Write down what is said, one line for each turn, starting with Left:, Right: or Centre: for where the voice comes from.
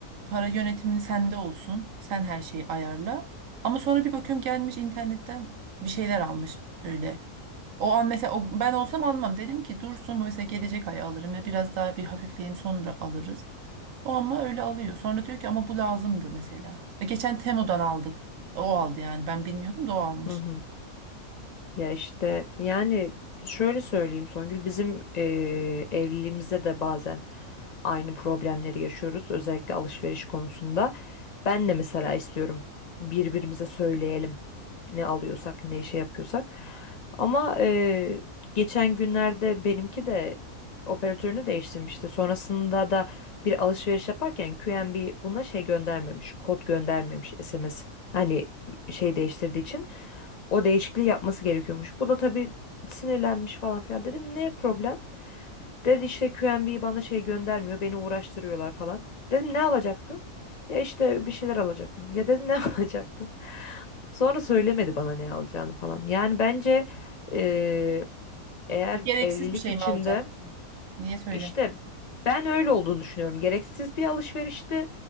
Right: Para yönetimini sende olsun. Sen her şeyi ayarla. Ama sonra bir bakıyorum gelmiş internetten bir şeyler almış böyle. O an mesela o- ben olsam almam. Dedim ki dursun bu mesela gelecek ay alırım ya biraz daha bir hafifleyeyim sonra alırız. O ama öyle alıyor. Sonra diyor ki ama bu lazımdı mesela. E, Geçen Temo'dan aldık. O aldı yani ben bilmiyordum da o almış.
Left: Hı hı. Ya işte yani şöyle söyleyeyim Songül bizim eee evliliğimizde de bazen aynı problemleri yaşıyoruz özellikle alışveriş konusunda. Ben de mesela istiyorum birbirimize söyleyelim ne alıyorsak ne şey yapıyorsak. Ama eee, geçen günlerde benimki de operatörünü değiştirmişti. Sonrasında da bir alışveriş yaparken QNB buna şey göndermemiş, kod göndermemiş SMS. Hani şey değiştirdiği için. O değişikliği yapması gerekiyormuş. Bu da tabii sinirlenmiş falan filan. Dedim ne problem? Dedi işte QNB bana şey göndermiyor. Beni uğraştırıyorlar falan. Dedim ne alacaktın? Ya işte bir şeyler alacaktım. Ya dedim ne <laughs> alacaktın? Sonra söylemedi bana ne alacağını falan. Yani bence eee, eğer
Right: Gereksiz
Left: evlilik
Right: bir şey
Left: içinde
Right: mi alacaksın? Niye söylemedim?
Left: işte ben öyle olduğunu düşünüyorum. Gereksiz bir alışverişti.